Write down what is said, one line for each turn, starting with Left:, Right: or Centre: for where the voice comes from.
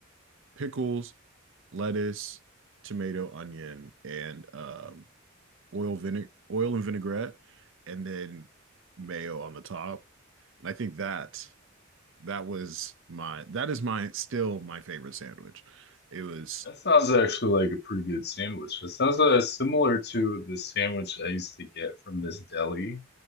Right: pickles lettuce tomato onion and um oil vinegar oil and vinaigrette and then mayo on the top and I think that that was my that is my still my favorite sandwich it was
Left: That sounds actually like a pretty good sandwich. It sounds uh, similar to the sandwich I used to get from this deli,